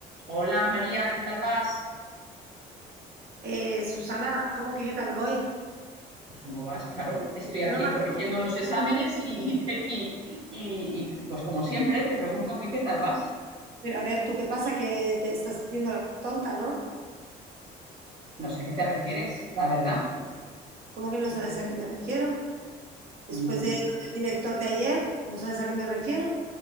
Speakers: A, on the right (about 35°); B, on the right (about 65°).
A: Hola María, ¿qué tal vas?
B: Eh, Susana, ¿cómo que qué tal voy?
A: Pues cómo vas, claro. Estoy aquí
B: Broma,
A: corrigiendo
B: ¿no?
A: unos exámenes y, y te- y- y- y, pues como siempre te pregunto que qué tal vas.
B: Pero a ver, ¿tú qué pasa? Que te estás haciendo la tonta, ¿no?
A: No sé a qué te refieres, la verdad.
B: ¿Cómo que no sabes a qué me refiero? Después
A: Mm,
B: de lo del director de ayer, ¿no sabes a qué me refiero?